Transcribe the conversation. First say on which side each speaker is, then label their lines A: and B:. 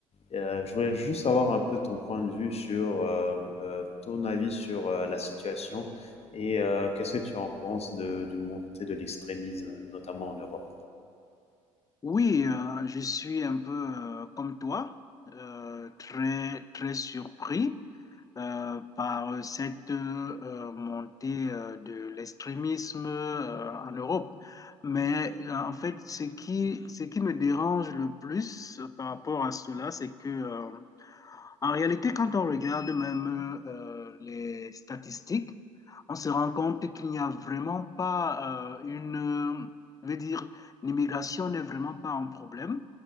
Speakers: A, on the left; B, on the left.
A: Euh, je voulais juste avoir un peu ton point de vue sur euh, euh, ton avis sur euh, la situation et euh, qu'est-ce que tu en penses de, du montée de l'extrémisme, notamment en Europe.
B: Oui, euh, je suis un peu euh, comme toi, euh, très très surpris euh, par cette euh, montée euh, de l'extrémisme euh, en Europe. Mais euh, en fait, ce qui ce qui me dérange le plus par rapport à cela, c'est que euh, En réalité, quand on regarde même euh, les statistiques, on se rend compte qu'il n'y a vraiment pas euh, une, euh, je veux dire, l'immigration n'est vraiment pas un problème